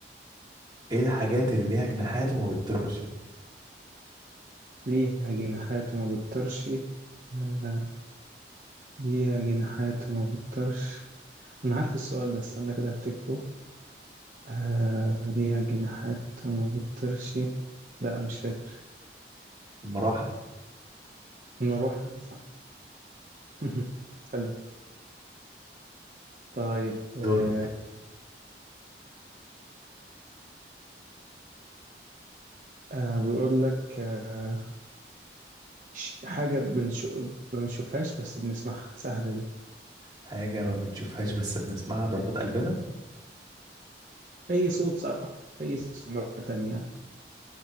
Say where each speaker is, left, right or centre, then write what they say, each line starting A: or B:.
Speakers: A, on the right; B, on the right.
A: ايه الحاجات اللي ليها جناحات وما بتطيرش
B: ليها جناحات وما بتطيرش آه. ليها جناحات وما بتطيرش أنا عارف السؤال ده استنى كده أفتكره آه ليها جناحات وما بتطيرش لا مش فاكر
A: المراحة
B: المروحة صح <laughs> حلو طيب آه
A: دورك
B: آه بيقول لك آه ش- حاجة بنشو... بنشوفهاش بس بنسمعها سهلة دي
A: حاجة ما بنشوفهاش بس بنسمعها ضربات قلبنا
B: أي صوت صح أي صوت عامة يعني